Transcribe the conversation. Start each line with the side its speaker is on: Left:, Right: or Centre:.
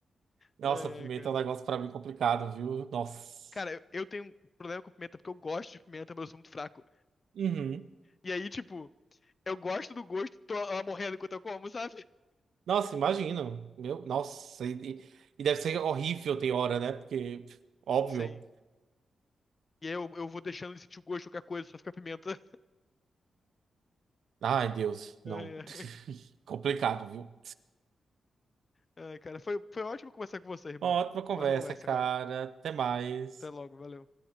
Right: Nossa,
Left: Ai,
Right: pimenta
Left: ai, cara.
Right: é um negócio pra mim complicado, viu? Nossa.
Left: Cara, eu, eu tenho um problema com pimenta porque eu gosto de pimenta, mas eu sou muito fraco.
Right: Uhum.
Left: E aí, tipo, eu gosto do gosto, tô ah, morrendo enquanto eu como, sabe?
Right: Nossa, imagino. Meu, nossa. E, e e deve ser horrível tem hora, né? Porque, óbvio.
Left: Sim. E aí eu, eu vou deixando ele sentir o gosto de qualquer coisa, só fica pimenta.
Right: Ai, Deus, não.
Left: <laughs> Ai, ai.
Right: <laughs> Complicado, viu?
Left: Ai, cara, foi, foi ótimo conversar com você, irmão.
Right: Ótima conversa,
Left: Foi mais uma conversa,
Right: cara.
Left: cara.
Right: Até mais.
Left: Até logo, valeu.